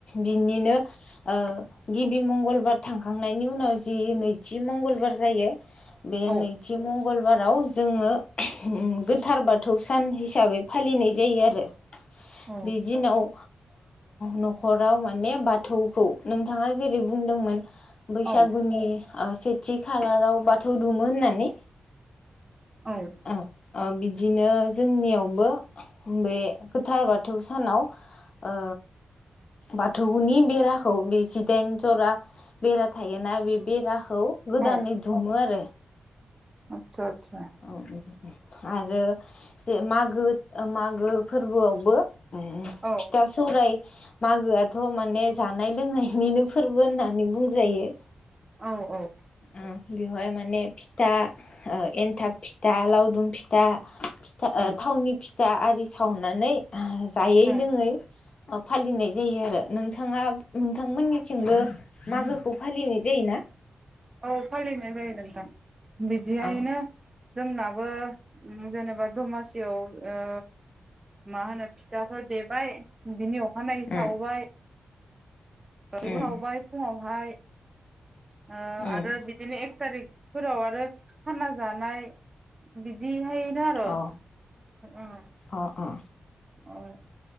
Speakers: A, on the left (about 45°); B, on the right (about 20°).
A: बिनिनो ओ गिबि मंगलबार थांखांनायनि उनाव जि नैथि मंगलबार जायो। बे
B: औ
A: नैथि मं मंगलबाराव ओम जोङो गोथार बाथौ सान हिसाबै फालिनाय जायो आरो।
B: औ
A: बे दिनाव ओ न'खराव माने बाथौखौ नोंथाङा जेरै बुंदोंमोन बैसागुनि
B: औ
A: ओ सेथि खालाराव बाथौ दुमो होननानै
B: औ
A: आ ओ बिदि बिदिनो जोंनियावबो बे गोथार बाथौ सानाव ओ बाथौनि बेराखौ बे जिदाइन जरा बेरा थायोना बे बेरा खौ गोदानै
B: औ
A: दुमो आरो।
B: आतसा आतसा
A: औ औ। आरो जे मागो मागो फोरबोआवबो फिथा
B: औ
A: सौराय मागोआथ' माने जानाय लोंनायनिनो फोरबो होननानै बुंजायो।
B: औ औ।
A: ओ बेवहाय माने फिथा एनथाब फिथा लावदुम फिथा फिथा
B: औ
A: ओ थावनि फिथा आरि सावनानै जायै
B: औ
A: लोङै ओ फालिनाय जायो आरो। नोंथाङा नोंथांमोननिथिंबो मागोखौ फालिनाय जायोना?
B: औ फालिनाय जायो नोंथां। बिदिहायैनो
A: औ
B: जोंनाबो जेनेबा दमासियाव ओ मा होनो फिथाखौ देबाय बिनि अखानायै
A: उम
B: सावबाय <unintelligible> बो
A: उम
B: सावबाय फुङावहाय <inaudible> ओ
A: उम
B: आरो बिदिनो एक थारिख फोराव आरो खाना जानाय बिदिहाय जारो
A: अ
B: ओ।
A: अ अ
B: अ